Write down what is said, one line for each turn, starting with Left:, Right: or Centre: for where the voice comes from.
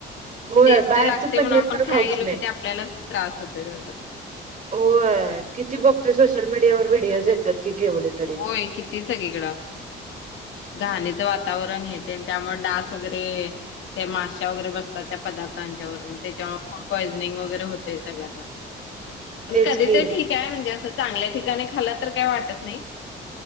Right: होय
Left: टेस्ट
Right: बाहेरचं
Left: लागतय
Right: पनीर
Left: म्हणून आपण
Right: तर
Left: खाय
Right: खाऊच
Left: गेलो
Right: नाही
Left: कि ते आपल्याला त्रास होतोय त्याचा.
Right: होय किती बघतो सोशल मीडियावर व्हिडिओज येतात की केवढे तरी
Left: होय किती सगळीकडं. घाणीचं वातावरण हे ते त्यामुळे डास वगैरे. ते माशा वगैरे बसतात त्या पदार्थांच्यांवर. मग त्याच्या फूड पॉइझनिंग वगैरे होतय सगळ्यांना.
Right: तेच
Left: कधी
Right: की
Left: तर ठीक आहे. म्हणजे असं चांगल्या ठिकाणी खाल्ल तर काही वाटत नाही.